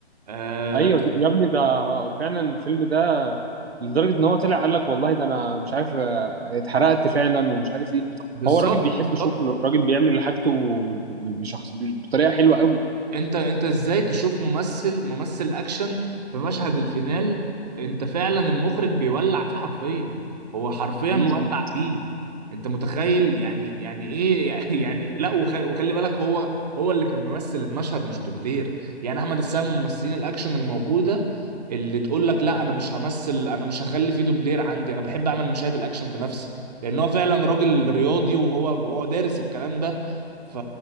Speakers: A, on the right; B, on the right.
A: آه
B: ايوه يا ابني ده فعلا الفيلم ده لدرجه ان هو طلع قال لك والله ده انا مش عارف آه، اتحرقت فعلا ومش عارف ايه
A: بالظبط
B: هو الراجل بيحب
A: بالظبط
B: شغله الراجل بيعمل حاجته ب- بشخص ب- بطريقه حلوه قوي
A: انت انت ازاي تشوف ممثل ممثل اكشن في مشهد الفينال انت فعلا المخرج بيولع فيه حرفيا هو حرفيا
B: مم.
A: مولع فيه انت متخيل يعني يعني ايه <laughs> يعني لا وخلي, وخلي بالك هو هو اللي كان ممثل المشهد مش دوبلير يعني احمد السقا من ممثلين الاكشن الموجوده اللي تقول لك لا انا مش همثل انا مش هخلي فيه دوبلير عندي انا بحب اعمل مشاهد الاكشن بنفسي لان هو فعلا راجل رياضي وهو هو دارس الكلام ده ف...